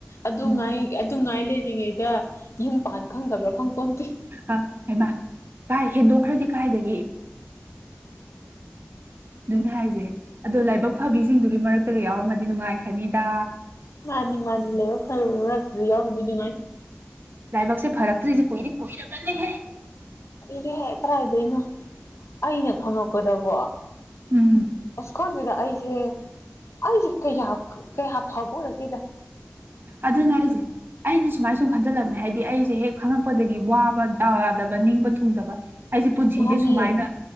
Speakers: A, on the left; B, on the right.
A: ꯑꯗꯨꯉꯥꯢ
B: ꯎꯝ
A: ꯑꯗꯨꯉꯥꯢ ꯂꯩꯔꯤꯉꯩꯗ ꯌꯨꯝ ꯄꯥꯟ ꯈꯪꯗꯕ꯭ꯔꯥ ꯈꯪ ꯄꯣꯟꯇꯦ
B: ꯑ ꯑꯦꯃꯥ ꯀꯥꯢ ꯍꯦꯟꯗꯣꯛꯈ꯭ꯔꯗꯤ ꯀꯥꯢꯗꯒꯤ ꯑꯗꯨꯅꯤ ꯍꯥꯢꯖꯦ ꯑꯗꯣ ꯂꯥꯢꯕꯛ ꯐꯕꯤꯖꯤꯡꯗꯨꯒꯤ ꯃꯔꯛꯇꯒ ꯌꯥꯎꯔꯝꯃꯗꯤ ꯅꯨꯡꯉꯥꯢꯈ꯭ꯔꯅꯤꯗ
A: ꯃꯥꯅꯤ ꯃꯥꯥꯅꯤ ꯂꯥꯢꯕꯛ ꯐꯔ ꯃꯔꯛꯇꯨꯗ ꯌꯥꯎꯃꯗꯤ ꯗꯨꯉꯥꯢ
B: ꯂꯥꯢꯕꯛꯁꯦ ꯐꯔꯛꯇ꯭ꯔꯤꯖꯦ ꯀꯨꯢꯗꯤ ꯀꯨꯢꯔꯕꯅꯤꯍꯦ
A: ꯏꯗꯦꯍꯦ ꯀꯔꯥꯢꯗꯩꯅꯣ ꯑꯩꯅ ꯈꯪꯉꯛꯄꯗꯀꯣ
B: ꯎꯝ
A: ꯑꯁ ꯈꯪꯗꯦꯗ ꯑꯩꯁꯦ ꯑꯩꯖꯦ ꯀꯌꯥ ꯀꯌꯥ ꯐꯕ ꯑꯣꯢꯔꯛꯇꯦꯗ
B: ꯑꯗꯨꯅꯦ ꯍꯥꯢꯖꯦ ꯑꯩꯗꯤ ꯁꯨꯃꯥꯢ ꯁꯨꯝ ꯈꯟꯖꯜꯂꯕꯅꯦ ꯍꯥꯢꯗꯤ ꯑꯩꯖꯦ ꯍꯦꯛ ꯈꯪꯉꯛꯄꯗꯒꯤ ꯋꯥꯕ ꯗꯥꯎ ꯌꯥꯗꯕ ꯅꯤꯡꯕ ꯊꯨꯡꯗꯕ ꯑꯩꯁꯦ ꯄꯨꯟꯁꯤꯁꯦ
A: ꯃꯥꯅꯦ
B: ꯁꯨꯃꯥꯏꯅ